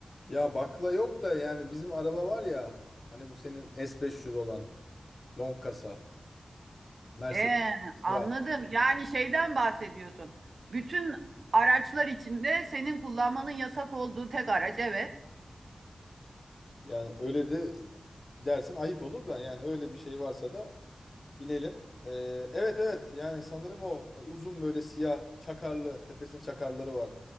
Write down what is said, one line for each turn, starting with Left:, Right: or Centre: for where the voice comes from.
Left: Ya bakla yok da yani bizim araba var ya. Hani bu senin S500 olan long kasa Mercedes
Right: Ee, anladım.
Left: ya
Right: Yani şeyden bahsediyorsun. Bütün araçlar içinde senin kullanmanın yasak olduğu tek araç, evet.
Left: yani öyle de dersin ayıp olur da yani öyle bir şey varsa da Bilelim. Ee, evet evet yani sanırım o uzun böyle siyah çakarlı tepesinde çakarları var.